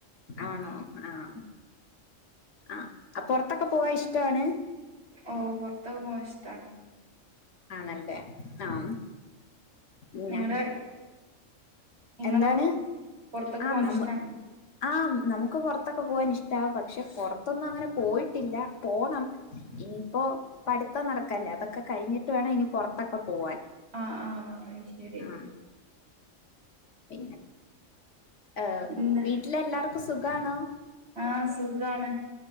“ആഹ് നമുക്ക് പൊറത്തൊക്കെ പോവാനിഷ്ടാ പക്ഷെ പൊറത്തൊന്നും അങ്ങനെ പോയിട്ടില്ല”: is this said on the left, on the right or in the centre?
Left